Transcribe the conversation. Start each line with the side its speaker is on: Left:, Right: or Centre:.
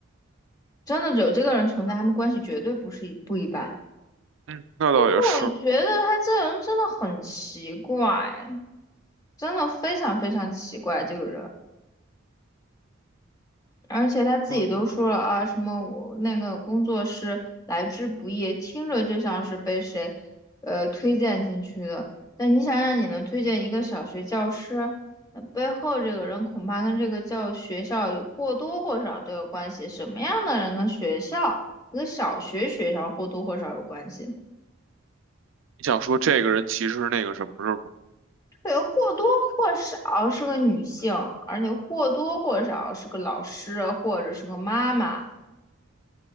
Left: 真的有这个人存在，他们关系绝对不是一不一般。
Right: 嗯，那倒也是。
Left: 我觉得他这人真的很奇怪，真的非常非常奇怪这个人，而且他自己都说了啊，
Right: 嗯，
Left: 什么我那个工作是来之不易，听着就像是被谁，呃，推荐进去的。但你想让你能推荐一个小学教师，那背后这个人恐怕跟这个教学校有或多或少都有关系。什么样的人跟学校，一个小学学校或多或少有关系？
Right: 你想说这个人其实是那个什么是吧？
Left: 对，或多或少是个女性，而且或多或少是个老师或者是个妈妈，